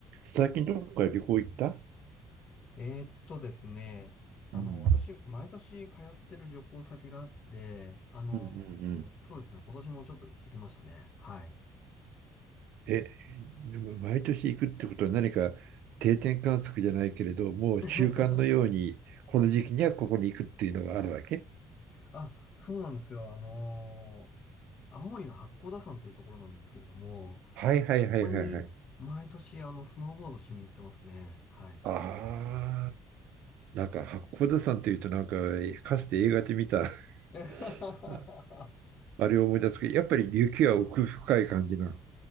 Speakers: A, on the right; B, on the left.
A: 最近どっか旅行行った
B: えーっとですね、あの、
A: うん
B: 私、毎年通ってる旅行先があって、あの、
A: うんうんうん
B: そうですね、今年もちょっと行ってきましたね。はい。
A: え、でも毎年行くってことは何か定点観測じゃないけれど、もう習慣のように、
B: <laughs>
A: この時期にはここに行くっていうのがあるわけ
B: あ、そうなんですよ。あの、青森の八甲田山っていうところなんですけれども、こ
A: はいはいはいはいはい。
B: こに毎年、あの、スノーボードしに行ってますね。はい。
A: ああ、なんか八甲田山というと、なんかかつて映画で見た <laughs>
B: <laughs>
A: ああれを思い出すけど、やっぱり雪は奥深い感じなの。